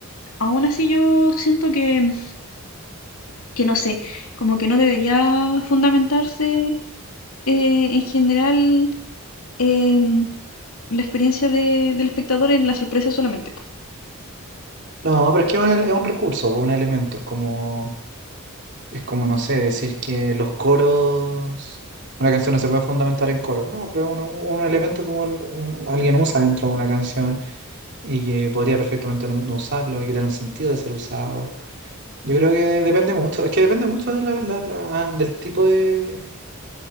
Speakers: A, on the left; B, on the right.
A: aún así yo siento que, que no sé, como que no debería fundamentarse eh, en general em, la experiencia de- del espectador en la sorpresa solamente.
B: No, pero es que es un, es un recurso, pues, un elemento, es como... Es como, no sé, decir que los coros, una canción no se puede fundamentar en coros, no, pero es un, un elemento como el- un- alguien usa dentro de una canción y que podría perfectamente no, no usarlo, hay que tener un sentido de ser usado. Yo creo que depende mucho, es que depende mucho de la- la- la- del tipo de,